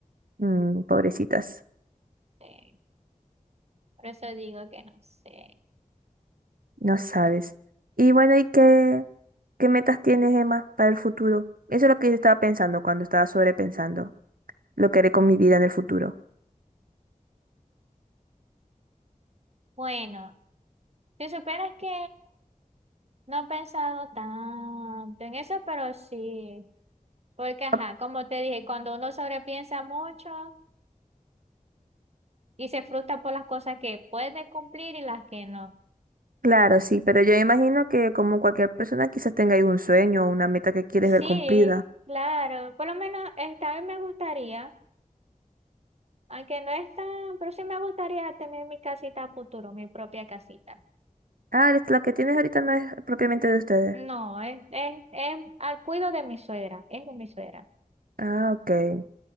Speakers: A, on the right (about 90°); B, on the right (about 50°).
A: Mm, pobrecitas.
B: sí. Por eso digo que no sé.
A: No sabes. Y bueno, ¿y qué, qué metas tienes, Emma, para el futuro? Eso es lo que yo estaba pensando cuando estaba sobrepensando lo que haré con mi vida en el futuro.
B: Bueno, si supieras que no he pensado tanto en eso, pero sí. Porque, ajá,
A: Ah,
B: como te dije, cuando uno sobrepiensa mucho y se frustra por las cosas que puede cumplir y las que no.
A: Claro, sí, pero yo imagino que como cualquier persona quizás tenga algún sueño o una meta que quieres
B: Sí,
A: ver cumplida.
B: claro. Por lo menos esta vez me gustaría, aunque no es tan, pero sí me gustaría tener mi casita a futuro, mi propia casita.
A: Ah, eres- la que tienes ahorita no es propiamente de ustedes.
B: No, es, es, es al cuido de mi suegra, es de mi suegra.
A: Ah, ok.